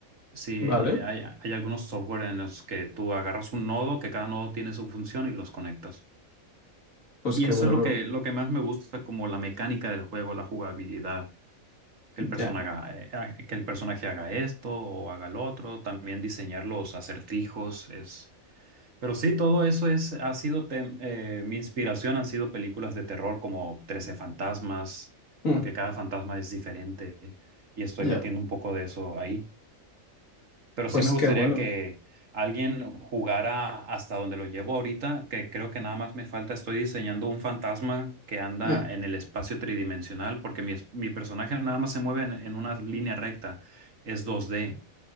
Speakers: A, on the right; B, on the left.
A: Sí,
B: Vale,
A: eh, hay, hay algunos software en los que tú agarras un nodo, que cada nodo tiene su función y los conectas.
B: pues
A: Y
B: qué
A: eso
B: bueno,
A: es lo
B: no.
A: que, lo que más me gusta, como la mecánica del juego, la jugabilidad. que el personaje,
B: Ya.
A: haga- eh, que el personaje haga esto o haga lo otro, también diseñar los acertijos es... Pero sí, todo eso es, ha sido tem- eh, mi inspiración, han sido películas de terror como trece fantasmas,
B: Mm,
A: porque cada fantasma es diferente y estoy
B: Ya.
A: metiendo un poco de eso ahí. Pero
B: Pues
A: sí me
B: qué
A: gustaría
B: bueno.
A: que alguien jugara hasta donde lo llevo ahorita, que creo que nada más me falta, estoy diseñando un fantasma que anda
B: Mm,
A: en el espacio tridimensional, porque mi, es- mi personaje nada más se mueve en, en una línea recta, es dos d